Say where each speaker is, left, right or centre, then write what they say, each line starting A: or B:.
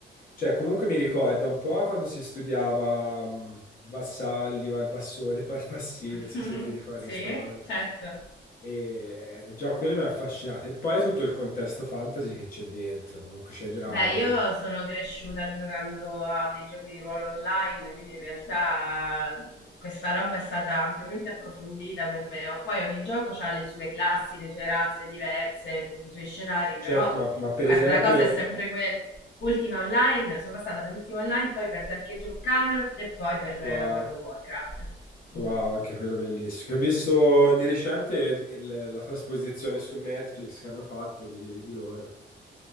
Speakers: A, on the left (about 50°); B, on the left (about 75°).
A: Cioè, comunque mi ricorda un po' quando si studiava mh, Vassalli, Valbassore, Valbassino,
B: <laughs>
A: <laughs> non so se ti ricordi
B: sì,
A: sta cosa.
B: certo.
A: E già quello mi ha affascinato. E poi tutto il contesto fantasy che c'è dentro, comunque c'è Draghi.
B: Beh, io sono cresciuta giocando a dei giochi di ruolo online, quindi in realtà mh, questa roba è stata ampiamente approfondita per me. O- Poi ogni gioco ha le sue classi, le sue razze diverse, tutti i suoi scenari,
A: Certo,
B: però
A: ma, ma per
B: guarda,
A: esempio,
B: la cosa è sempre quella. Ultima Online, sono passata per Ultima Online, poi per Dark Age of Camelot e poi per
A: wow,
B: eh, World of Warcraft.
A: wow,
B: Mm.
A: anche quello bellissimo. Che ho visto di recente il- il- la trasposizione su Netflix che hanno fatto di, di loro.